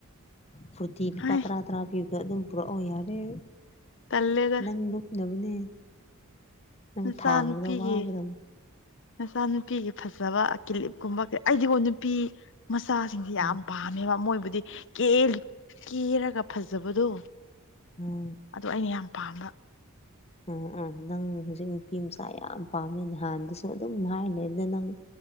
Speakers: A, on the left; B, on the left.
A: ꯐꯨꯔꯇꯤ
B: ꯍꯥꯏ
A: ꯄ ꯇꯔꯥ ꯇꯔꯥ ꯄꯤꯕꯗꯣ ꯑꯗꯨꯝ ꯄꯨꯔꯛꯑꯣ ꯌꯥꯔꯦ
B: ꯇꯜꯂꯦꯗ
A: ꯅꯪ ꯂꯨꯞꯅꯕꯅꯦ ꯅꯪ
B: ꯅꯆꯥꯅꯨꯄꯤꯒꯤ
A: ꯊꯥꯡꯕꯗ ꯋꯥꯒꯗꯕꯅꯦ
B: ꯅꯆꯥꯅꯨꯄꯤꯒꯤ ꯐꯖꯕ ꯑꯀꯤꯂꯤꯞ ꯀꯨꯝꯕ ꯀꯩ ꯑꯩꯗꯤꯒꯣ ꯅꯨꯄꯤ ꯃꯆꯥꯁꯤꯡꯁꯤ ꯌꯥꯝ
A: ꯎꯝ
B: ꯄꯥꯝꯃꯦꯕ ꯃꯣꯏꯕꯨꯗꯤ ꯀꯦꯜꯂꯤ ꯀꯦꯔꯒ ꯐꯖꯕꯗꯣ
A: ꯎꯝ
B: ꯑꯗꯨ ꯑꯩꯅ ꯌꯥꯝ ꯄꯥꯝꯕ
A: ꯎꯝ ꯎꯝ ꯅꯪ ꯍꯧꯖꯤꯛ ꯅꯨꯄꯤ ꯃꯆꯥ ꯌꯥꯝ ꯄꯥꯝꯃꯦ ꯍꯥꯟꯅꯗꯁꯨ ꯑꯗꯨꯝ ꯍꯥꯏꯔꯤ ꯂꯩꯕꯗ ꯅꯪ